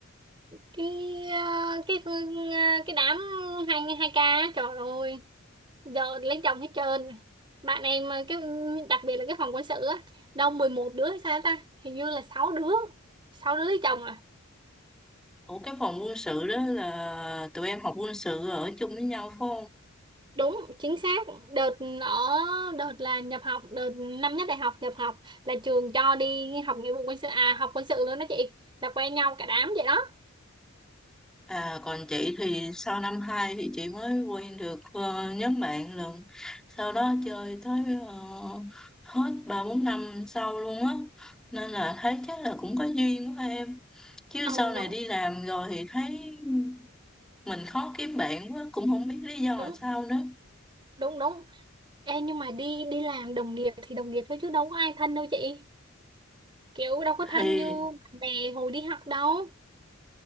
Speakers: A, on the right; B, in the centre.
A: cái ờ, cái ờ, cái đám hai hai ca trời ơi giờ lấy chồng hết trơn bạn em ờ, cái đặc biệt là cái phòng quân sự á đâu 11 đứa hay sao ta hình như là sáu đứa 6 đứa lấy chồng à
B: Ủa cái phòng quân sự đó là tụi em học quân sự ở chung với nhau phải không?
A: đúng chính xác đợt ở đợt là nhập học đợt năm nhất đại học nhập học là trường cho đi học nghĩa vụ quân sự à học quân sự luôn đó chị là quen nhau cả đám vậy đó
B: À còn chị thì sau năm 2 thì chị mới quen được ờ, nhóm bạn lần. Sau đó chơi tới ờ, hết ba bốn năm sau luôn á. Nên là thấy chắc là cũng có duyên quá em. Chứ
A: ờ
B: sau này
A: đúng
B: đi làm rồi thì thấy mình khó kiếm bạn quá cũng không biết lý do là
A: đúng
B: sao nữa.
A: đúng đúng Ê, nhưng mà đi đi làm đồng nghiệp thì đồng nghiệp thôi chứ đâu có ai thân đâu chị kiểu đâu có thân
B: Thì
A: như bạn bè hồi đi học đâu